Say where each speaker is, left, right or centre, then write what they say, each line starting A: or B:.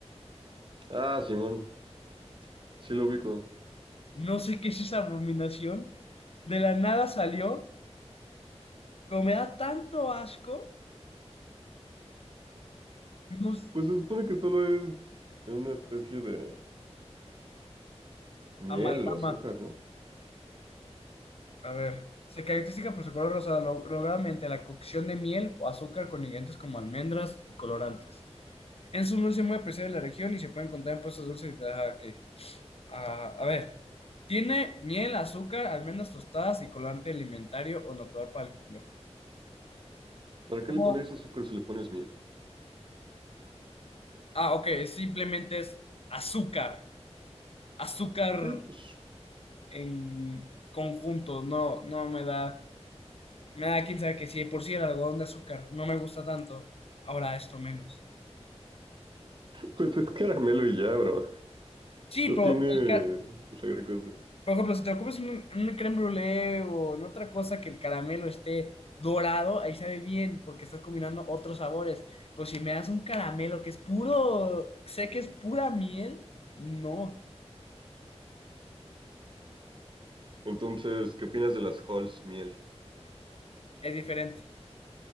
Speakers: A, on the right (about 45°); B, on the left (about 60°).
A: Ah, Simón, sí lo ubico.
B: No sé qué es esa abominación. De la nada salió, pero me da tanto asco. Unos
A: Pues se supone que solo es una especie de miel
B: amalgama.
A: o azúcar, ¿no?
B: A ver. Se caracteriza por su color rosado, lo- lograda mediante la cocción de miel o azúcar con ingredientes como almendras y colorantes. En su dulce muy apreciado en la región y se puede encontrar en puestos dulces y ah, ok. Ah, a ver. Tiene miel, azúcar, almendras tostadas y colorante alimentario o natural para el color.
A: ¿Para qué
B: No.
A: le pondrías azúcar si le pones miel?
B: Ah, ok, simplemente es azúcar. azúcar
A: Sí, pues,
B: en conjuntos, no, no me da, me da quién sabe que si de por sí el algodón de azúcar no me gusta tanto, ahora esto menos.
A: pues es caramelo y ya, bro.
B: Sí,
A: No
B: pero
A: tiene
B: el ca-
A: la gran cosa.
B: por ejemplo, si te lo comes en un, en un crème brûlée o en otra cosa que el caramelo esté dorado, ahí sabe bien porque estás combinando otros sabores. Pero si me das un caramelo que es puro, sé que es pura miel, no,
A: Entonces, ¿qué opinas de las Halls miel?
B: es diferente.